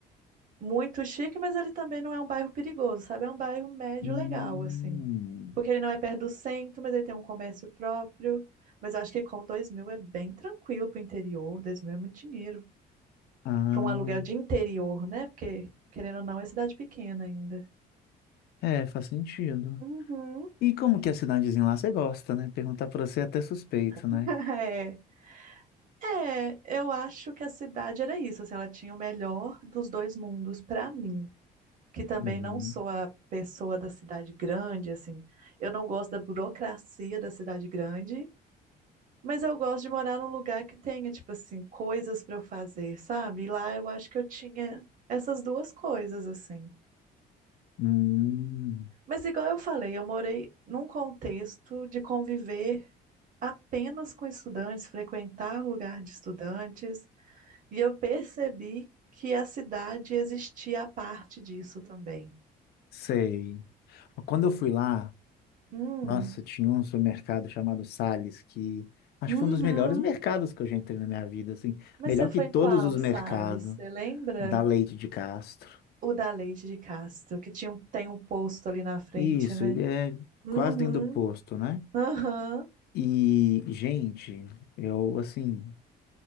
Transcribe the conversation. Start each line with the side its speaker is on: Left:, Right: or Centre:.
Right: muito chique, mas ele também não é um bairro perigoso, sabe? É um bairro médio
Left: Hum,
Right: legal, assim. Porque ele não é perto do centro, mas ele tem um comércio próprio. Mas eu acho que com 2 mil é bem tranquilo pro interior. 2 mil é muito dinheiro.
Left: ah,
Right: Para um aluguel de interior, né? Porque, querendo ou não, é cidade pequena ainda.
Left: é, faz sentido.
Right: Uhum.
Left: E como que é a cidadezinha lá você gosta, né? Perguntar pra você é até suspeito, né?
Right: <laughs> É. É, eu acho que a cidade era isso, assim, ela tinha o melhor dos dois mundos pra mim. que também
Left: Uhum.
Right: não sou a pessoa da cidade grande, assim. Eu não gosto da burocracia da cidade grande, mas eu gosto de morar num lugar que tenha, tipo assim, coisas para eu fazer, sabe? E lá eu acho que eu tinha essas duas coisas, assim.
Left: Hum,
Right: Mas igual eu falei, eu morei num contexto de conviver apenas com estudantes, frequentar lugar de estudantes, e eu percebi que a cidade existia a parte disso também.
Left: sei. Quando eu fui lá,
Right: Hum.
Left: nossa, tinha um supermercado chamado Sales que acho
Right: Uhum.
Left: que foi um dos melhores mercados que eu já entrei na minha vida, assim,
Right: Mas
Left: melhor
Right: você foi
Left: que todos
Right: em qual,
Left: os mercados.
Right: Salles? Você lembra?
Left: da Leite de Castro.
Right: O da Leite de Castro, que tinha um, tem um posto ali na frente,
Left: Isso,
Right: né?
Left: ele é
Right: Uhum,
Left: quase dentro do posto, né?
Right: aham.
Left: E, gente, eu, assim,